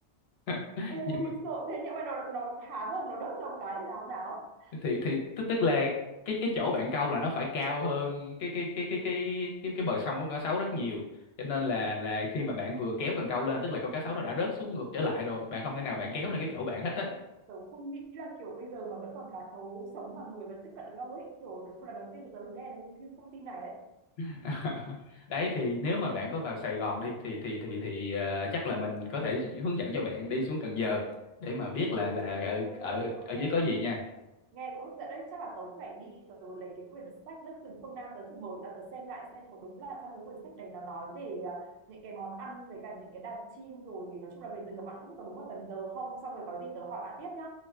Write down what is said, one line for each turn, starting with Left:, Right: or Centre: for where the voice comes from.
Left: <laughs>
Right: Ui
Left: nhưng mà
Right: sợ thế nhưng mà nó nó há mồm nó đốt trong cái thì làm nào?
Left: thì thì tức tức là cái cái chỗ bạn câu là nó phải cao hơn cái cái cái cái cái cái cái bờ sông của con cá sấu rất nhiều cho nên là là khi mà bạn vừa kéo cần câu lên tức là con cá sấu nó đã rớt xuống ngược trở lại rồi bạn không thể nào bạn kéo lên cái chỗ bạn
Right: Ôi
Left: hết á
Right: tớ không nghĩ là kiểu bây giờ mà vẫn còn cá thấu sống mà người vẫn tiếp cận được đâu ấy kiểu nói chung là đầu tiên là tớ được nghe được những cái thông tin này đấy
Left: <laughs> đấy thì nếu mà bạn có vào Sài Gòn đi thì thì thì thì ờ, chắc là mình có thể hướng dẫn cho bạn đi xuống Cần Giờ để mà biết là
Right: Ờ,
Left: là ở
Right: ok
Left: ở
Right: ok
Left: ở dưới có gì nha
Right: nghe cũng hấp dẫn đấy chắc là tớ phải đi tớ lấy cái quyển sách đất rừng phương Nam tớ thử mở ra tớ xem lại xem có đúng là trong cái quyển sách đấy nó nói về à, những cái món ăn với cả những cái đàn chim rồi nói chung là về rừng các bạn không biết có đúng là cần giờ không xong rồi có gì tớ hỏi bạn tiếp nhá